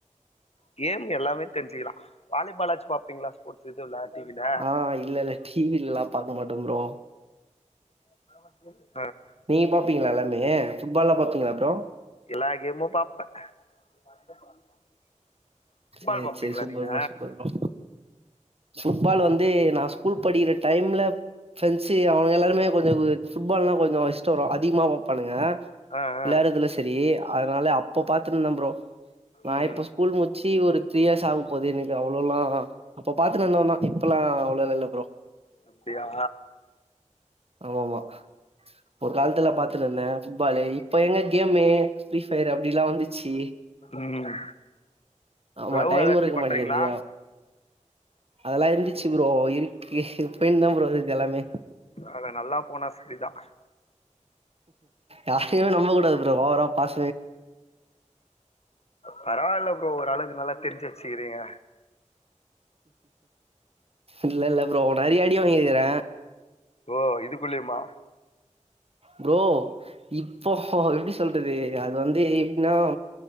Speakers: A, on the left; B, on the right.
A: கேம் எல்லாமே தெரிஞ்சிக்கலா வாலி பாலாச்சு பாப்பீங்களா ஸ்போர்ட்ஸ் இதுவுல டிவில
B: ஆ இல்ல இல்ல டி வி லலா பாக்க மாட்டே ப்ரோ
A: <inaudible>
B: நீங்க பாப்பீங்களா எல்லாமே ஃபுட்பால்லா பாப்பீங்களா ப்ரோ
A: எல்லா கேம்மு பாப்ப ஃபுட்பால்
B: சேரி
A: பாப்பீங்களா
B: சேரி super
A: நீங்க
B: bro super bro football வந்து நா ஸ்கூல் படிக்கற டைம்ல ஃபிரெண்ட்ஸு அவுங்க எல்லாருமே கொஞ்ச ஃபுட்பால்லா கொஞ்ச இஷ்ட வரு அதிகமா வெப்பானுங்க
A: ஆ
B: வெளையாடுறதுல
A: ஆ
B: செரி அதனால அப்போ பாத்துருந்த ப்ரோ நா
A: ம்
B: இப்ப ஸ்கூல் முச்சி சி ஒரு த்ரீ இயர்ஸ் ஆகப் போது எனக் அவ்ளோலா அப்போ பாத்துன்னு இருந்தவந்தா இப்பெல்லா அவ்ளோது இல்ல ப்ரோ
A: அப்டியா
B: ஆமா ஆமா ஒரு காலத்துல பாத்துட்டு இருந்த ஃபுட்பாலு இப்ப எங்க கேமு ஃப்ரீ ஃபயர் அப்டி எல்லா வந்துச்சு
A: ம்
B: ஆமா
A: லவ்
B: டைம்
A: ஏதாச்சு
B: இருக்க
A: பண்றீங்களா
B: மாட்டேங்கிது அதெல்லா இருந்துச் சி ப்ரோ இருக்கு இப்பயுந்தா ப்ரோ இருக்கு எல்லாமே
A: அத நல்லா போனா செரிதா
B: யாரையுமே நம்பக் கூடாது ப்ரோ ஓவரா பாச
A: பரவாயில்ல ப்ரோ ஓரளவுக்கு நல்லா தெரிஞ்சு வெச்சுக்கிறீங்க
B: இல்லல்ல ப்ரோ நறைய அடி வாங்கிருக்கிற
A: ஓ இதுக்குள்ளயுமா
B: ப்ரோ இப்போ எப்டி சொல்றது அது வந்து எப்டின்னா